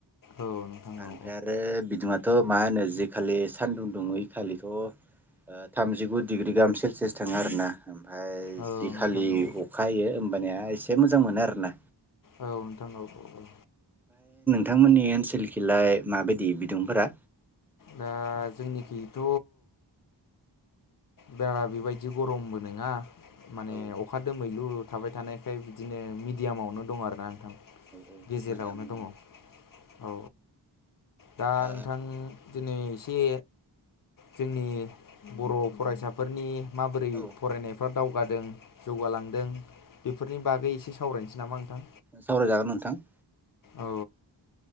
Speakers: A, on the left; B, in the centre.
A: औ नोंथां
B: आमफ्राय
A: औ
B: आरो बिदुङा थ' मा होनो जिखालि सानदुं दुङ खालिथ' ओ थामजिगु डिग्रि गाहाम सेलसियास थाङो आरोना ओमफ्राय
A: औ
B: जि
A: नोंथां
B: खालि
A: औ
B: अखा हायो होमबानिया एसे मोजां मोनो आरोना।
A: औ नोंथां औ औ औ
B: थांमोननि ओनसोलखिलाय माबायदि बिदुंफोरा?
A: दा जोंनिखैथ' बारा बेबायदि गरमबो नङा माने
B: औ
A: अखा दोमैलु थाबाय थानायखाय बिदिनो मिडियामावनो दं आरो ना नोंथां।
B: औ
A: गेजेरावनो
B: मोजां मोजां
A: दङ औ औ दा
B: औ
A: नोंथां दिनै एसे जोंनि बर' फरायसाफोरनि माबोरै
B: औ
A: फरायनायफ्रा दाउ गादों जौगालांदों बेफोरनि बागै एसे सा वरायसै नामा नोंथां!
B: सावरायजागोन नोंथां।
A: औ